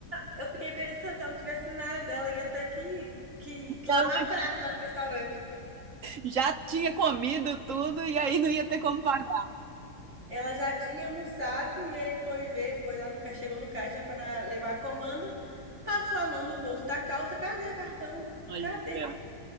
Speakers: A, on the right (about 40°); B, on the right (about 55°).
A: eu, eu fiquei pensando, se ela não tivesse nada, ela ia ter que, que,
B: então,
A: que lavar
B: né,
A: prato lá no restaurante.
B: já tinha comido tudo e aí não ia ter como pagar.
A: Ela já tinha almoçado e aí foi ver, foi lá no caixa, chegou no caixa para levar a comanda, passou a mão no bolso da calça, cadê o cartão?
B: Olha,
A: Cadê?